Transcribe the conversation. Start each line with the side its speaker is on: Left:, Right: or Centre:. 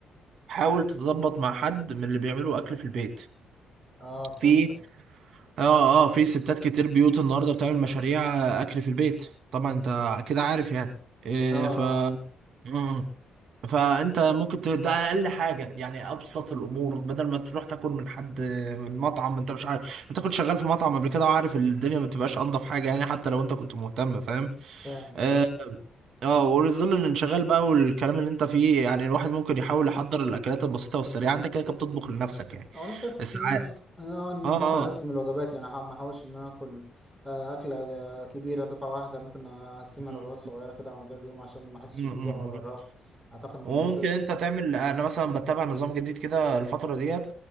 Right: حاول تظبط مع حد من اللي بيعملوا اكل في البيت
Centre: اه فهمتك
Right: في اه اه في ستات كتير بيوت النهارده بتعمل مشاريع اكل في البيت طبعا انت كده عارف يعني إيه
Centre: اه اه
Right: ف
Centre: آه،
Right: مم. فانت ممكن ت... ده اقل حاجه يعني ابسط الامور بدل ما تروح تاكل من حد من مطعم انت مش عارف انت كنت شغال في مطعم قبل كده وعارف الدنيا ما بتبقاش انضف حاجه يعني حتى لو انت كنت مهتم فاهم
Centre: فاهم
Right: اه
Centre: فاهم
Right: آه، وظل الانشغال بقى والكلام اللي انت فيه يعني الواحد ممكن يحاول يحضر الاكلات البسيطه والسريعه انت كده كده بتطبخ لنفسك يعني
Centre: هو انا شايف
Right: ساعات
Centre: ان انا انا آه، ان
Right: اه
Centre: انا ممكن اقسم الوجبات يعني أح- ما احاولش ان انا اكل آه، اكله ده كبيره دفعه واحده ممكن اقسمها
Right: اه
Centre: لوجبات صغيره كده على مدار اليوم عشان ما احسش
Right: امم.
Centre: بالجوع ولا الرهق اعتقد ان
Right: وممكن
Centre: شو
Right: انت تعمل انا مثلا بتبع نظام جديد كده الفتره ديت